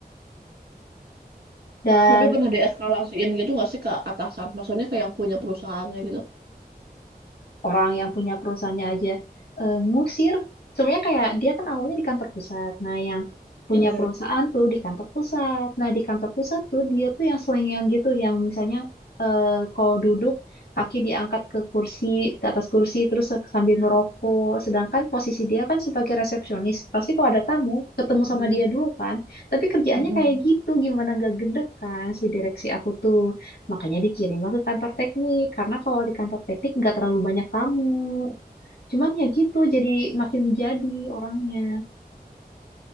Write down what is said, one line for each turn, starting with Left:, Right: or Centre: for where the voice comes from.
Left: Dan
Right: Tapi pernah deeskalasiin gitu nggak sih ke atasan? Maksudnya ke yang punya perusahaannya gitu?
Left: orang yang punya perusahaannya aja eh, ngusir. Sebenarnya kayak dia kan awalnya di kantor pusat. Nah, yang punya
Right: Mm-mm.
Left: perusahaan tuh di kantor pusat. Nah, di kantor pusat tuh dia tuh yang selingan gitu, yang misalnya eh, kalau duduk kaki diangkat ke kursi, ke atas kursi, terus sambil
Right: Hmm.
Left: ngerokok. Sedangkan posisi dia kan sebagai resepsionis, pasti kalau ada tamu ketemu
Right: Hmm.
Left: sama dia dulu kan. Tapi kerjaannya
Right: Mm-mm.
Left: kayak gitu, gimana nggak gede kan si direksi aku tuh. Makanya dikirimlah ke kantor teknik, karena kalau di kantor teknik nggak terlalu banyak tamu. Cuman ya gitu, jadi makin menjadi orangnya.